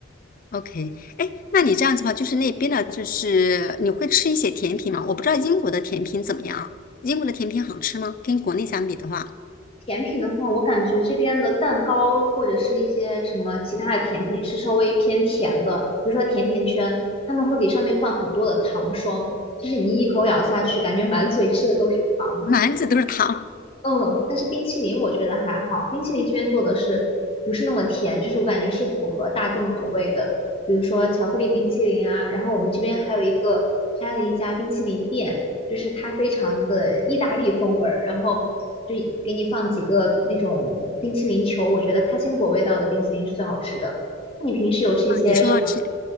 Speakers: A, on the left (about 45°); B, on the left (about 30°).
A: OK，哎，那你这样子的话，就是那边的，就是你会吃一些甜品吗？我不知道英国的甜品怎么样啊，英国的甜品好吃吗？跟国内相比的话，
B: 甜品的话，我感觉这边的蛋糕或者是一些什么其他的甜品是稍微偏甜的，比如说甜甜圈，他们会给上面放很多的糖霜，就是你一口咬下去，感觉满嘴吃的都是糖。
A: 满嘴都是糖
B: 嗯，但是冰淇淋我觉得还好，冰淇淋这边做的是不是那么甜，就是我感觉是符合大众口味的，比如说巧克力冰淇淋啊，然后我们这边还有一个开了一家冰淇淋店，就是它非常的意大利风味儿，然后就给你放几个那种冰淇淋球，我觉得开心果味道的冰淇淋是最好吃的。那你平时有吃一些什么？
A: 啊。你说到这